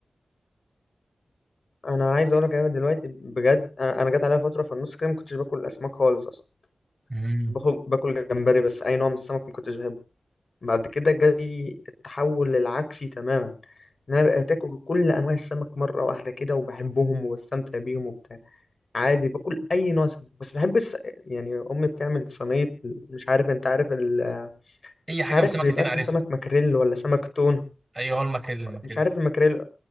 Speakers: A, on the left; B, on the right.
A: انا عايز اقول لك انا دلوقتي بجد انا أنا جت عليها فتره في النص كده ما كنتش باكل الاسماك خالص اصلا
B: مم.
A: كنت باكل باكل جمبري بس اي نوع من السمك ما كنتش بحبه بعد كده جالي التحول العكسي تماما ان انا بقيت اكل كل انواع السمك مره واحده كده وبحبهم وبستمتع بيهم وبتاع عادي باكل اي نوع سمك بس بحب الس... يعني امي بتعمل صينيه مش عارف انت عارف ال...
B: أي حاجة
A: مش عارف
B: في السمك
A: بيبقى
B: هتلاقيني
A: اسمه
B: عارفها
A: سمك ماكريل ولا سمك تون
B: أيوه هو الماكريل الماكريل
A: مش عارف الماكريل